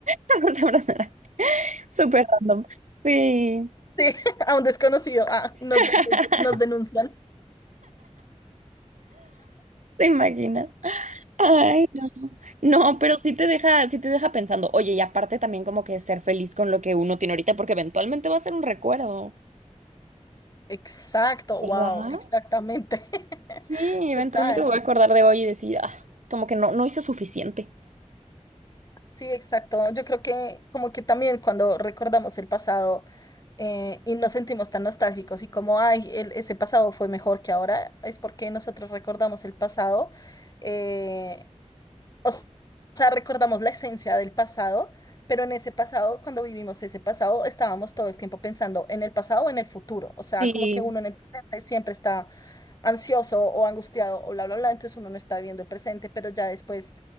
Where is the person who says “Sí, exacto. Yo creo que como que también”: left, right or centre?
Left